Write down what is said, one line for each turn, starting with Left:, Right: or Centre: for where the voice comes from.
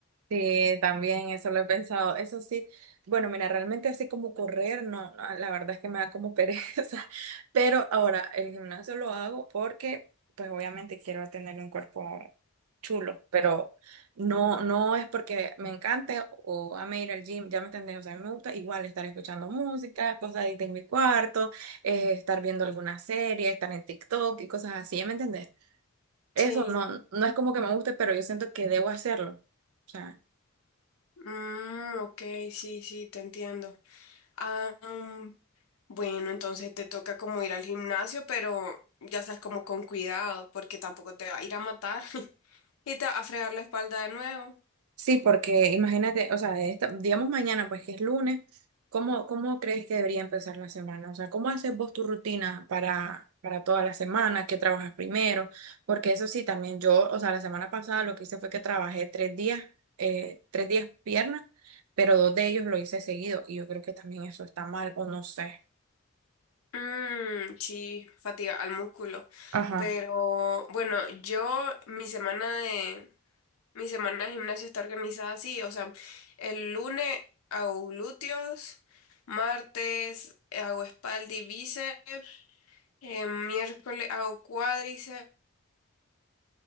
Right: Sí, también eso lo he pensado. Eso sí, bueno, mira, realmente así como correr, no, no, la verdad es que me da como pereza. <laughs> Pero ahora el gimnasio lo hago porque, pues obviamente quiero tener un cuerpo chulo, pero no, no es porque me encante o ame ir al gym, ya me entendés, o sea, a mí me gusta igual estar escuchando música, cosas ahí de mi cuarto, eh, estar viendo alguna serie, estar en TikTok y cosas así, ¿ya me entendés? Eso
Left: Sí.
Right: no, no es como que me guste, pero yo siento que debo hacerlo. O sea.
Left: Mm, ok, sí, sí, te entiendo. Ah, mm, bueno, entonces te toca como ir al gimnasio, pero ya sabes, como con cuidado, porque tampoco te va a ir a matar <laughs> y te va a fregar la espalda de nuevo.
Right: Sí, porque imagínate, o sea, esta- digamos mañana, pues que es lunes, ¿cómo, cómo crees que debería empezar la semana? O sea, ¿cómo haces vos tu rutina para, para toda la semana? ¿Qué trabajas primero? Porque eso sí, también yo, o sea, la semana pasada lo que hice fue que trabajé tres días, eh, tres días piernas, pero dos de ellos lo hice seguido y yo creo que también eso está mal o no sé.
Left: Mm, sí, fatiga al músculo.
Right: Ajá,
Left: Pero bueno, yo mi semana de Mi semana de gimnasio está organizada así, o sea, el lunes hago glúteos, martes hago espalda y bíceps, eh, miércoles hago cuádriceps,